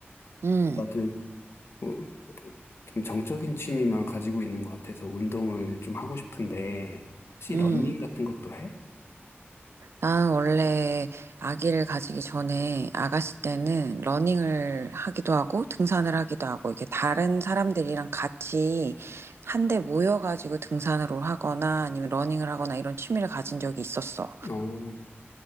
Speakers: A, on the right; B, on the left.
A: 음,
B: 나도 뭐, 좀 정적인 취미만 가지고 있는 것 같아서 운동을 좀 하고 싶은데, 혹시
A: 음.
B: 러닝 같은 것도 해?
A: 나는 원래 아기를 가지기 전에 아가씨 때는 러닝을 하기도 하고 등산을 하기도 하고 이게 다른 사람들이랑 같이 한데 모여가지고 등산을 하거나 아니면 러닝을 하거나 이런 취미를 가진 적이 있었어.
B: 어,